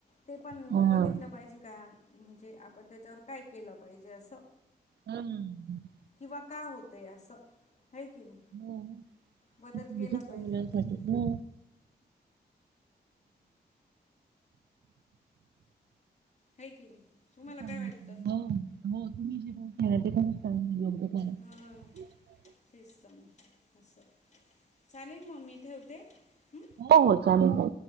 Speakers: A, on the left; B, on the right.
A: ते पण
B: हम्म.
A: बघितलं पाहिजे का म्हणजे आपण त्याच्यावर काय केलं पाहिजे असं.
B: हम्म.
A: किंवा का होतंय असं हे की नाही?
B: हो
A: बदल
B: ते पाहिजेच
A: केला पाहिजे
B: आहे मुलांसाठी
A: आपण.
B: हो.
A: हाय की नाही तुम्हाला
B: चालेल
A: काय वाटतं?
B: चालेल. हो हो तुम्ही जे पण ते पणच योग्य करा <unintelligible>
A: हां तेच तर मग असं, चालेल मग मी ठेवते हं?
B: हो हो चालेल हो.